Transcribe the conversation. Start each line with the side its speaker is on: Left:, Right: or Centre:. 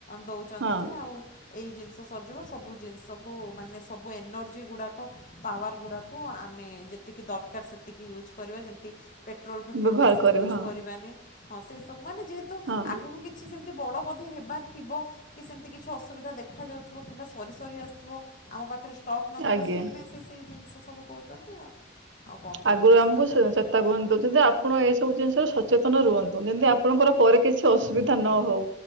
Left: ଦେଉଛନ୍ତି
Right: ହଁ
Left: ଯେ ଆଉ ଏଇ ଜିନିଷ ସରିଯିବ ସବୁ ଜିନିଷକୁ ମାନେ ସବୁ ଏନର୍ଜି ଗୁଡ଼ାକ ପାୱାର ଗୁଡ଼ାକୁ ଆମେ ଯେତିକି ଦରକାର ସେତିକି ୟୁଜ୍ କରିବା ଯେମିତି ପେଟ୍ରୋଲ ଲ
Right: ବ୍ୟବହାର
Left: ବେଶି
Right: କରିବେ
Left: ୟୁଜ୍
Right: ହଁ
Left: କରିବାନି। ହଁ ସେ ସବୁ ମାନେ ଯେହେତୁ
Right: ହଁ
Left: ଆଗକୁ କି କିଛି ସେମିତି ବଡ ବୋଧେ ହେବାର ଥିବ କି ସେମିତି କିଛି ଅସୁବିଧା ଦେଖା ଯାଉଥିବ, କିମ୍ବା ସରି ସରି ଆସୁଥିବ। ଆମ ପାଖରେ ଷ୍ଟକ୍ ନଥିବ,
Right: ଆଜ୍ଞା
Left: ସେଥିପାଇଁ ସେ ସେଇ ଜିନିଷ ସବୁ କହୁଛନ୍ତି ଆଉ। ଆଉ କଣ
Right: ଆଗରୁ
Left: କରିବା
Right: ଆମକୁ
Left: ସେଇଟା
Right: ସେ
Left: ନା
Right: ଚେତାବନୀ ଦଉଛନ୍ତି ଆ ଆପଣ ଏସବୁ ଜିନିଷରେ ସଚେତନ ରୁହନ୍ତୁ। ଯେମିତି ଆପଣଙ୍କର ପରେ କିଛି ଅସୁବିଧା ନହଉ।